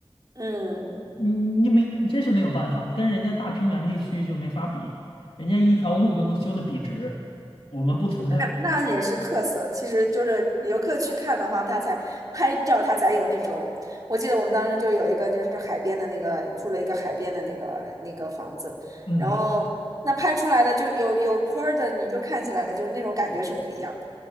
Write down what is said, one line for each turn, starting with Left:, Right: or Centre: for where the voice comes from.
Right: 嗯。
Left: 你你没，真是没有办法，跟人家大平原地区就没法比，人家一条路都能修得笔直，我们不存在。
Right: 哎那那也是特色，其实就是游客去看的话，他才拍照，他才有那种。我记得我们当时就有一个，就是海边的那个，住了一个海边的那个那个房子，
Left: 嗯
Right: 然后那拍出来的就有有坡儿的，你就看起来就是那种感觉是不一样的。